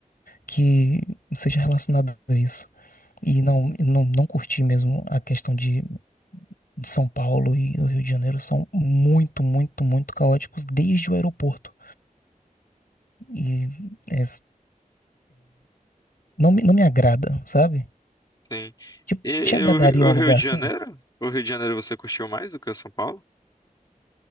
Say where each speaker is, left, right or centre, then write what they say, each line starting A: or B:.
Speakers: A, on the left; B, on the left.
A: que seja relacionada a isso. E não, eu não, não curti mesmo a questão de de São Paulo e o Rio de Janeiro são muito, muito, muito caóticos desde o aeroporto. E é, não, me- não me agrada, sabe?
B: Tem.
A: Tipo,
B: E e
A: te agradaria
B: o,
A: um
B: o
A: lugar
B: Rio de
A: assim?
B: Janeiro? O Rio de Janeiro você curtiu mais do que o São Paulo?